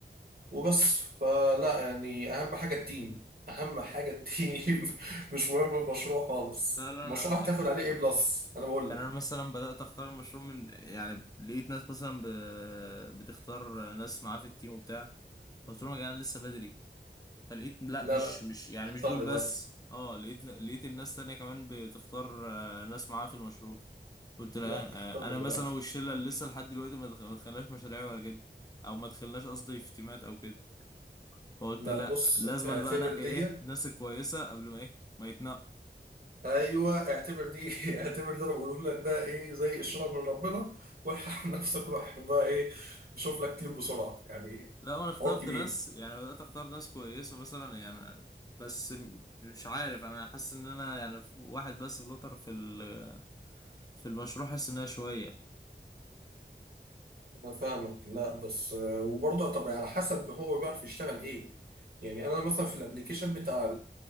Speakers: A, on the right; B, on the left.
A: وبس فلا يعني أهم حاجة التيم أهم حاجة التيم <laughs> مش مهم المشروع خالص
B: لا لا
A: المشروع
B: انا
A: هتاخد
B: يعني
A: عليه ايه بلس أنا بقول
B: يعني
A: لك
B: انا مثلا بدات اختار المشروع من يعني لقيت ناس مثلا ب... بتختار ناس معاه في التيم وبتاع قلت لهم يا جدعان لسه بدري فلقيت لا
A: لا
B: مش
A: لا
B: مش يعني
A: اختار
B: مش دول بس
A: دلوقتي
B: اه لقيت لقيت الناس تانية كمان بتختار آه، ناس معاها في المشروع قلت لا
A: لا اختار
B: آه،
A: من
B: انا مثلا
A: دلوقتي
B: والشله اللي لسه لحد دلوقتي ما دخ- ما دخلناش مشاريع ولا كده او ما دخلناش قصدي في تيمات او كده فقلت
A: لا
B: لا
A: بص
B: لازم
A: اعتبر
B: أنا بقى انقي
A: دي
B: ايه الناس الكويسه قبل ما ايه ما يتنقوا
A: ايوه اعتبر دي <laughs> اعتبر اللي انا بقوله لك ده ايه زي اشاره من ربنا والحق <laughs> نفسك روح بقى ايه شوف لك تيم بسرعه يعني
B: لا انا اخترت
A: حوار كبير
B: ناس يعني بدات اختار ناس كويسه مثلا يعني بس م- مش عارف انا حاسس ان انا يعني واحد بس فلتر في ال- في المشروع حاسس انها شويه
A: انا فاهمك لا بس آه، وبرضه طب على حسب هو بيعرف يشتغل ايه يعني انا مثلا في الابليكيشن بتاع